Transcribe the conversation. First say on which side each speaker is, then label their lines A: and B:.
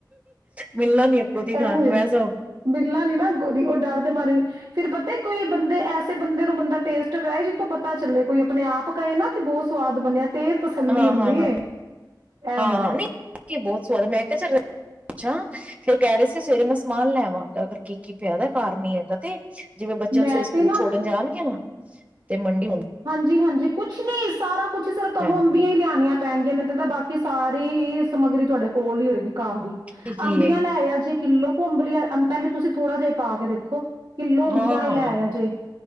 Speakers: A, on the right (about 20°); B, on the right (about 65°).
A: ਮਿਲਣਾ ਨੀ ਅੱਗੋਂ ਦੀ
B: ਇਹੋ
A: ਖਾਣ ਨੂੰ
B: ਜਿਹਾ,
A: ਐਸਾ
B: ਮਿੱਲਲਾ ਨੀ ਨਾ ਅੱਗੋਂ ਦੀ ਉਹ ਡਰਦੇ ਮਾਰੇ ਫਿਰ ਪਤਾ ਕੋਈ ਬੰਦੇ ਐਸੇ ਬੰਦੇ ਨੂੰ ਬੰਦਾ ਟੇਸਟ ਕਰਾਏ, ਜਿੱਥੋਂ ਪਤਾ ਚੱਲੇ ਕੋਈ ਆਪਣੇ ਆਪ ਕਹੇ ਨਾ ਕਿ ਬਹੁਤ ਸਵਾਦ ਬਣਿਆ। ਤੇ ਤਸੱਲੀ
A: ਹਾਂ,
B: ਹੁੰਦੀ
A: ਹਾਂ, ਹਾਂ,
B: ਏ ਇਹ ਹੁੰਦਾ
A: ਹਾਂ ਨਹੀਂ ਵਾਕਈ ਬਹੁਤ ਸਵਾਦ ਮੈਂ ਕਿਹਾ ਚੱਲ ਅੱਛਾ ਫੇਰ ਕਹਿ ਰਹੇ ਸੀ ਸਵੇਰੇ ਮੈਂ ਸਮਾਨ ਲੈ ਆਵਾਂਗਾ, ਅਗਰ ਕੀ ਕੀ ਪਿਆ ਦਾ ਘਰ ਨੀ ਹੈਗਾ ਤੇ। ਜਿਵੇਂ ਬੱਚਿਆਂ
B: ਮੈਂ
A: ਨੂੰ ਸਵੇਰੇ ਸਕੂਲ
B: ਤੇ ਨਾ
A: ਛੋੜਨ ਜਾਣਗੇ ਨਾ। <unintelligible> ਤੇ ਮੰਡੀ ਹੁੰ
B: ਹਾਂਜੀ-ਹਾਂਜੀ ਕੁਛ ਨੀ ਸਾਰਾ ਕੁਛ ਸਿਰਫ਼ ਤੁਹਾਨੂੰ
A: ਲੈਣਗੇ
B: ਅੰਬੀਆਂ ਹੀ ਲਿਆਨੀਆਂ ਪੈਣਗੇ, ਮੈਨੂੰ ਤਾਂ ਬਾਕੀ ਸਾਰੀ ਹੀ ਸਮੱਗਰੀ ਤੁਹਾਡੇ ਕੋਲ ਹੀ ਹੋਏਗੀ। ਘਰ ਹੀ,
A: ਕੀ ਕੀ
B: ਅੰਬੀਆਂ
A: ਏ
B: ਲੈ ਆਇਆ ਜੇ ਕਿੱਲੋ ਕੁ ਅੰਬ ਲਿਆ, ਪਹਿਲੇ ਤੁਸੀਂ ਥੋੜਾ ਜਿਹਾ ਪਾ ਕੇ ਦੇਖੋ। ਕਿਲੋ ਅੰਬੀਆ
A: ਹਾਂ
B: ਹੀ ਲੈ
A: ਹਾਂ
B: ਆਇਆ ਜੇ